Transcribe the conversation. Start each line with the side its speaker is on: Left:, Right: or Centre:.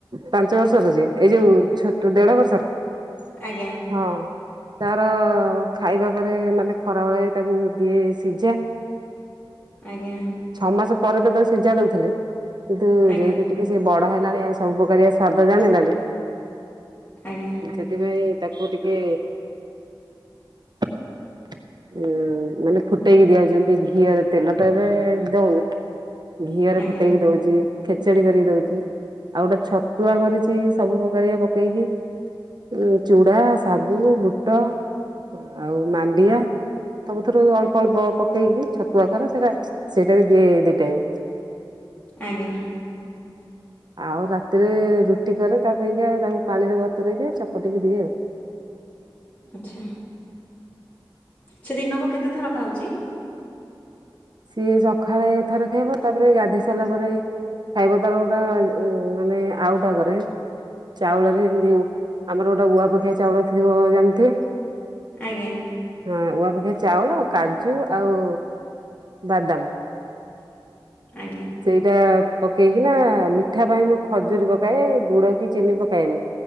Right: ପାଞ୍ଚ ବର୍ଷର ଯିଏ ଏଇ ଯୋଉ ଛୋଟ ଦେଢ ବର୍ଷର
Left: ଆଜ୍ଞା
Right: ହଁ ତାର ଖାଇବା କରେ ମାନେ ଖରାବେଳେ ତାକୁ ଦିଏ ସିଝା
Left: ଆଜ୍ଞା
Right: ଛଅ ମାସ ପରେ ତ ତାକୁ ସିଝା ଦଉଥିଲେ କିନ୍ତୁ
Left: ଆଜ୍ଞା
Right: ଯେହେତୁ ଟିକେ ସେ ବଡ ହେଲାଣି ଆଉ ସବୁ ପ୍ରକାର ସ୍ଵାଦ ଜାଣିଲାଣି
Left: ଆଜ୍ଞା
Right: ସେଥିପାଇଁ ତାକୁ ଟିକେ <inaudible> ଉ ମାନେ ଫୁଟେଇକି ଦିଆଯାଉଛନ୍ତି ଘିଅରେ ତେଲଟା ଏବେ ଦଉନି ଘିଅରେ
Left: ଆଜ୍ଞା
Right: ଫୁଟେଇକି ଦଉଛି ଖେଚଡି କରିକି ଦଉଛି ଆଉ ଗୋଟେ ଛତୁଆ କରିଛି ସବୁ ପ୍ରକାରିଆ ପକେଇକି ଉ ଚୁଡ଼ା ଶାଗୁ ବୁଟ ଆଉ ମାଣ୍ଡିଆ ତମୁ ଥର ଅଳ୍ପ ଅଳ୍ପ ପକେଇକି ଛତୁଆ କରେ ସେଇଟା ସେଇଟା ବି ଦିଏ ଦି ଟାଇମ
Left: ଆଜ୍ଞା
Right: ଆଉ ରାତିରେ ରୁଟି କରେ ତା ପାଇଁକା ତାକୁ ପାଣିରେ ବତରେଇ ଦିଏ ଚପଟିକି ଦିଏ ଆଉ
Left: ଆଚ୍ଛା ସେ ଦିନକୁ କେତେ ଥର ଖାଉଛି?
Right: ସିଏ ସକାଳେ ଥରେ ଖାଇବ ତାପରେ ଗାଧୋଇ ସାରିଲା ପରେ ଖାଇବା ତାର ଗୋଟେ ମାନେ ଆଉ ଟାକରେ ଚାଉଳରେ ଏମତି ଆମର ଗୋଟେ ଉଆପଖିଆ ଚାଉଳ ଥିବ ଜାଣିଥିବେ
Left: ଆଜ୍ଞା
Right: ହଁ ଉଆପେକ୍ଷା ଚାଉଳ କାଜୁ ଆଉ ବାଦାମ
Left: ଆଜ୍ଞା
Right: ସେଇଟା ପକେଇକି ନା ମିଠା ପାଇଁ ମୁଁ ଖଜୁରୀ ପକାଏ ଗୁଡ କି ଚିନି ପକାଏନି